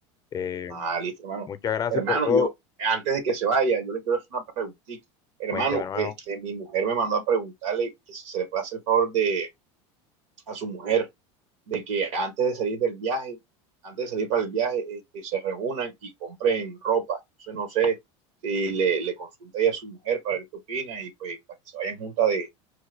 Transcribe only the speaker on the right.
Ah, listo, hermano.
Hermano,
yo, antes de que se vaya, yo le quiero hacer una preguntita. Hermano,
este, mi mujer me mandó a preguntarle que si se le puede hacer el favor de, a su mujer de que antes de salir del viaje, antes de salir para el viaje, este, se reúnan y compren ropa. Entonces no sé si le, le consulta ahí a su mujer para ver qué opina y pues para que se vayan juntas de,